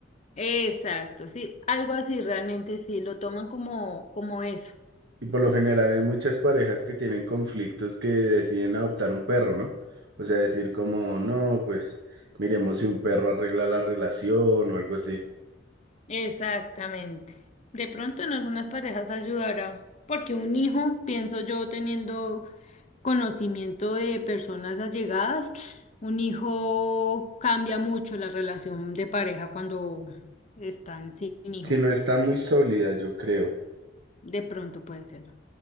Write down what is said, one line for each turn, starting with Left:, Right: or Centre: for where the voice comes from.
Left: Exacto, sí, algo así realmente sí, lo toman como, como eso.
Right: Y por lo general hay muchas parejas que tienen conflictos que deciden adoptar un perro, ¿no? O sea, decir como, no, pues miremos si un perro arregla la relación o algo así.
Left: Exactamente. De pronto en algunas parejas ayudará, porque un hijo, pienso yo, teniendo conocimiento de personas allegadas, un hijo cambia mucho la relación de pareja cuando están sin hijos.
Right: Si no está muy sólida, yo creo.
Left: De pronto puede ser.